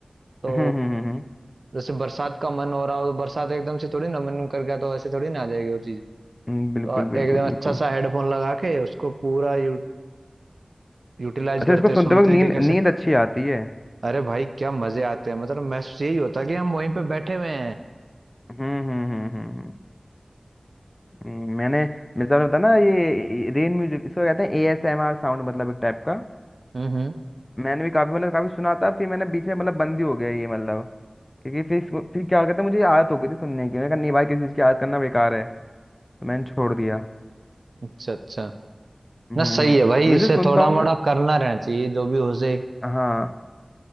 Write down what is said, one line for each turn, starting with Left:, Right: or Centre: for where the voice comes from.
Right: तो
Left: हम्म हम्म हम्म, हम्म, हम्म,
Right: जैसे बरसात का मन हो रहा हो तो बरसात एकदम से थोड़ी ना मन कर गया तो ऐसे थोड़ी ना आ जाएगी वो चीज
Left: हम्म, बिल्कुल
Right: और
Left: बिल्कुल
Right: एकदम
Left: बिल्कुल
Right: अच्छा सा हेडफोन लगा के उसको पूरा यू यूटिलाइज
Left: अच्छा
Right: करते
Left: इसको
Right: हैं,
Left: सुनते
Right: सुनते
Left: वक्त
Right: हैं
Left: नींद
Right: कि कैसे
Left: नींद अच्छी आती है
Right: अरे भाई क्या मजे आते हैं मतलब महसूस यही होता है कि हम वहीं पे बैठे हुए हैं
Left: हम्म हम्म हम्म हम्म हम्म, हम्म, मैंने मिसाल होता ना ये रेन म्यूजिक इसको कहते हैं एएसएमआर साउंड मतलब एक टाइप का
Right: हम्म हम्म
Left: मैंने भी काफी मतलब काफी सुना था फिर मैंने बीच में मतलब बंद ही हो गया ये मतलब क्योंकि फिर इसको- फिर क्या हो गया था मुझे आदत हो गई थी सुनने की मैंने कहा नहीं भाई किसी चीज की आदत करना बेकार है तो मैंने छोड़ दिया
Right: अच्छा अच्छा
Left: हम्म
Right: ना सही है भाई
Left: म्यूजिक
Right: इसे
Left: सुनता
Right: थोड़ा
Left: हूँ
Right: मोड़ा
Left: मैं
Right: करना रहना चाहिए जो भी हो सही
Left: हाँ